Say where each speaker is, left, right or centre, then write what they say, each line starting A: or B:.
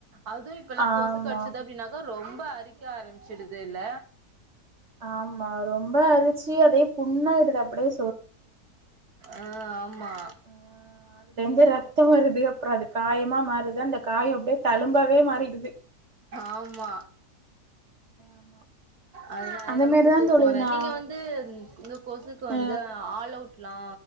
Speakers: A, on the right (about 70°); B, on the right (about 45°).
A: அதுவ் இப்பல்லா
B: ஆமா
A: கொசு கடிச்சுது அப்படின்னாக்கா ரொம்ப அரிக்க ஆரம்பிச்சிடுது இல்ல
B: ஆமா ரொம்ப அரிச்சு அதே புண்ணாயிடுது அப்டியே
A: ஆ ஆமா
B: ஆ அதுலந்து ரத்தம் வருது அப்றோ அது காயமா மாறுது அந்த காயம் அப்டியே தலும்பாவே மாறிடுது
A: ஆமா
B: ஆமா
A: அதனால
B: அந்த
A: நமக்கு
B: மாரிதா
A: தூக்கம்
B: தோழி
A: வர
B: நா
A: நீங்க வந்து இந்த கொசுக்கு
B: அ
A: வந்து ஆல் அவுட் லா